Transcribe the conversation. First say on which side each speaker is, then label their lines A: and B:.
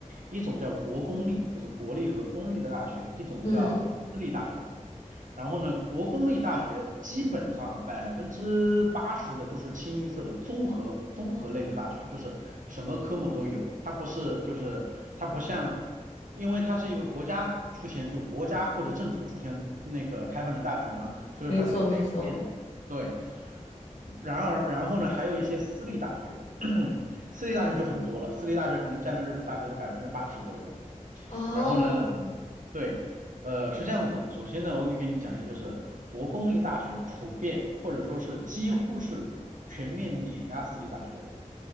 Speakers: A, on the right; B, on the left.
A: 一种叫国公立，就是国立和公立的大学，一种叫私立大学。
B: 嗯，
A: 然后呢，国公立大学基本上啊，百分之八十的都是清一色的综合综合类的大学，就是什么科目都有。它不是就是它不像，因为它是一个国家出钱，就国家或者政府出钱那个开办的大学嘛，所以说它是比较全面的。
B: 没错，没错。
A: 对，然而，然后呢，还有一些私立大学，<coughs> <clears throat> 私立大学就很多了，私立大学可能占了日本大学的百分之八十左右。
B: 哦，
A: 然后呢，对，呃，是这样子的。首先呢，我可以给你讲一下，就是国公立大学普遍或者说是几乎是全面碾压私立大学的。